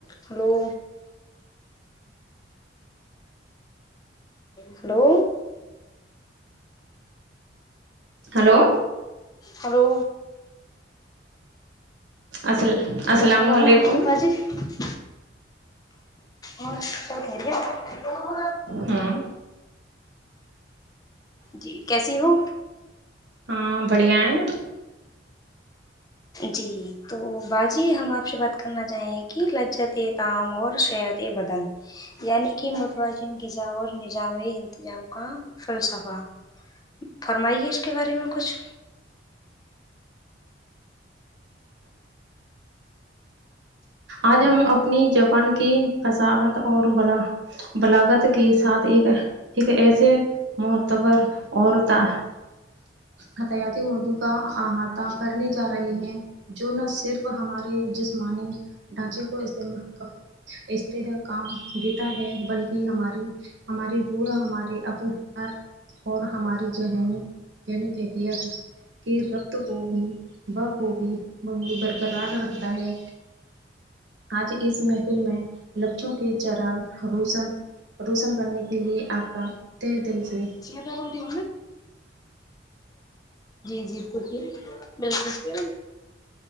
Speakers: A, on the left; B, on the right.
A: <inaudible> ہلو ہلو
B: ہلو
A: ہلو
B: اسلا اسلام
A: السلام
B: علیکم
A: <inaudible> اور سب <unintelligible> ٹھیک ہے
B: ہوں
A: جی کیسی ہو
B: ہاں بڑیایں
A: جی تو باجی ہم آپ سے بات کرنا چاہیں کہ لجت تام اور شر بدن یعنی کہ متوازن غذا اور نظامی انتظام کا فلسفہ فرمائیے اس کے بارے میں کچھ
B: آج ہم اپنی جاپان کی فصاحت اور بلا بلاگت کے ساتھ ایک ہے ایک ایسے معتبر اور تا حتیاتی اردو کا احاطہ کرنے جا رہے ہیں جو نہ صرف ہمارے جسمانی ڈھانچے کو استعمال استہ کام دیتا ہے بلکہ ہماری ہماری بوا ہماری اقل پر اور ہماری ذہنی ذہنی فحقیت کی ربت کو بھی بخوبی <inaudible> برقرار رکھتا ہے آج اس محفل میں لکچوں کی جرہ روشن روسن کرنے کے لیے آپ کا تہ دل سے
A: <unintelligible> جی جی بولئے بالکل